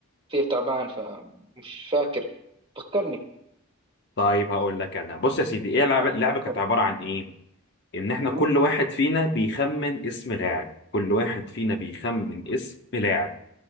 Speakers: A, on the right; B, on the left.
A: كثير تعبان فمش فاكر فكرني
B: طيب هقول لك أنا بص يا سيدي ايه اللعبة
A: لا
B: اللعبة
A: فكرني
B: كانت عبارة عن ايه؟ ان احنا
A: مهم.
B: كل واحد فينا بيخمن اسم لاعب كل واحد فينا بيخمن اسم لاعب